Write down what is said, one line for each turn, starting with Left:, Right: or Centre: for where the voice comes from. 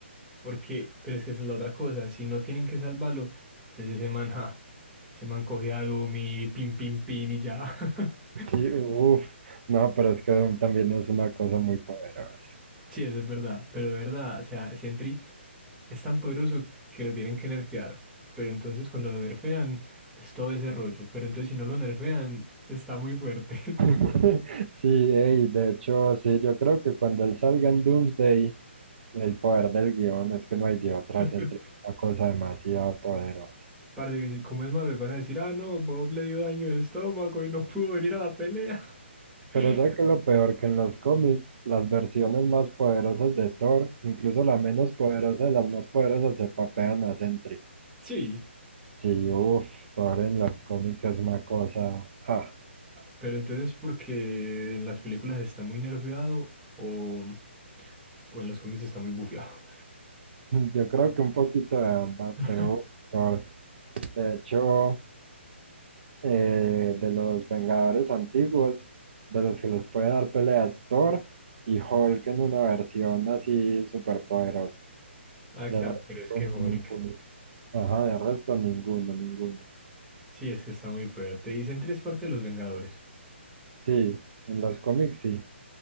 Centre: Porque, pero es que esa es la otra cosa, si no tienen que salvarlo, entonces ese man, ja, ese man coge a Doom y pin, pin, pin y ya. <laughs>
Right: Sí, uff, no, pero es que Doom también es una cosa muy poderosa.
Centre: Sí, eso es verdad, pero de verdad, o sea, Sentry es tan poderoso que lo tienen que nerfear, pero entonces cuando lo nerfean es todo ese rollo, pero entonces si no lo nerfean está muy fuerte.
Right: <laughs> Sí, ey, de hecho, sí, yo creo que cuando él salga en Doomsday, el poder del guión es que no hay de otra,
Centre: <laughs>
Right: se entrega una cosa demasiado poderosa.
Centre: Parce, que si- como es Marvel, van a decir, ah, no, Bob le dio daño de estómago y no pudo venir a la pelea. <laughs>
Right: Pero sé que lo peor que en los cómics, las versiones más poderosas de Thor, incluso la menos poderosa de las más poderosas, se papean a Sentry.
Centre: Sí,
Right: Sí, uff, Thor en los cómics es una cosa, ja.
Centre: pero entonces porque en las películas está muy nerfeado o, o en los cómics está muy bufeado.
Right: Yo creo que un poquito de ambas,
Centre: <laughs>
Right: pero Thor, de hecho. eh, de los Vengadores antiguos, de los que les puede dar peleas Thor y Hulk en una versión así súper poderosa.
Centre: Ah,
Right: De
Centre: claro,
Right: resto,
Centre: pero es que Hulk.
Right: ninguno. Ajá, de resto, ninguno, ninguno.
Centre: Sí, es que está muy fuerte. Y Sentry es parte de los Vengadores.
Right: Sí, en los cómics sí.